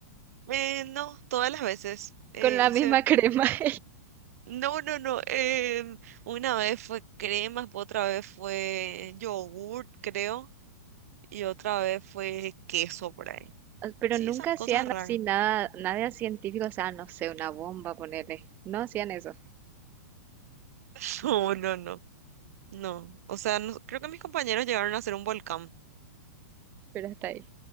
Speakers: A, on the right; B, on the right.
A: eh, no, todas las veces eh,
B: Con la
A: hice
B: misma crema. <laughs>
A: No, no, no. em, una vez fue crema, otra vez fue yogurt, creo, y otra vez fue queso por ahí.
B: Pero
A: Sí,
B: nunca
A: esas cosas
B: hacían
A: raras.
B: así nada, nada científico, o sea, no sé, una bomba, ponerle. No hacían eso,
A: <laughs> No, no, no. No. O sea, no- creo que mis compañeros llegaron a hacer un volcán,
B: pero hasta ahí.